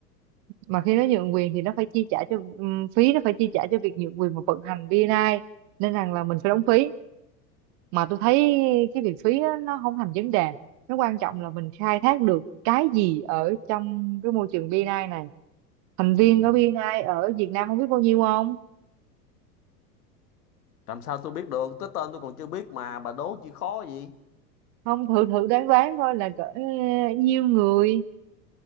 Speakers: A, on the right; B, on the left.
A: mà khi nó nhượng quyền thì nó phải chi trả cho ừm, phí nó phải chi trả cho việc nhượng quyền và vận hành BNI nên rằng là mình phải đóng phí mà tôi thấy cái việc phí á, nó không thành vấn đề nó quan trọng là mình khai thác được cái gì ở trong cái môi trường BNI này thành viên
B: ừ.
A: của BNI ở Việt Nam không biết bao nhiêu không
B: làm sao tôi biết được tới tên tôi còn chưa biết mà bà đố chi khó gì
A: không thử thử đoán đoán coi là cỡ ờ, nhiêu người